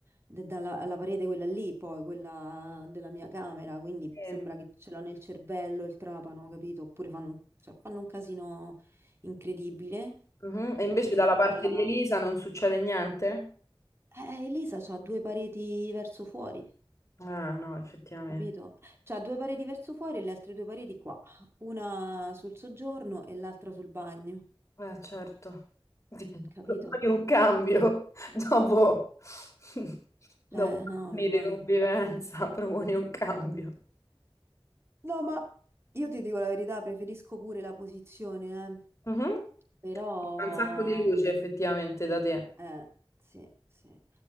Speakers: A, on the right (about 25°); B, on the left (about 35°).
A: de- dalla, alla parete quella lì, poi quella della mia camera, quindi
B: Sì.
A: sembra che ce l'ho nel cervello il trapano, capito? Oppure fanno, cioè, fanno un casino incredibile.
B: Mhm. E invece
A: La figlia
B: dalla parte
A: urlava.
B: di Elisa non succede niente?
A: Eh, eh, Elisa ha due pareti verso fuori,
B: Ah, no, effettivamente.
A: capito? C'ha due pareti verso fuori e le altre due pareti qua, una sul soggiorno e l'altra sul bagno,
B: Eh, certo. <laughs>
A: capito?
B: Proponi un cambio dopo, <laughs> dopo
A: Eh, no,
B: anni
A: ormai.
B: di convivenza, <laughs> proponi un cambio.
A: No, ma io ti dico la verità, preferisco pure la posizione, eh.
B: Mhm.
A: Però,
B: Fa Un sacco di luce effettivamente da te.
A: eh, sì, sì.